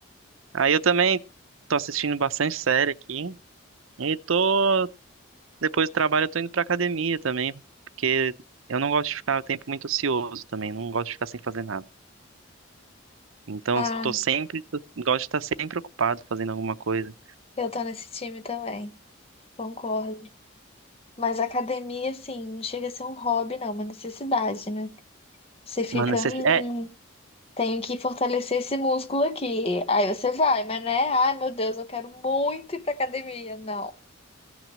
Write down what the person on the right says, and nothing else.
Aí eu também tô assistindo bastante série aqui e tô depois do trabalho eu tô indo pra academia também, porque eu não gosto de ficar o tempo muito ocioso também, não gosto de ficar sem fazer nada. Então,
tô sempre, tô- gosto de estar sempre ocupado fazendo alguma coisa.
Uma necess...
é,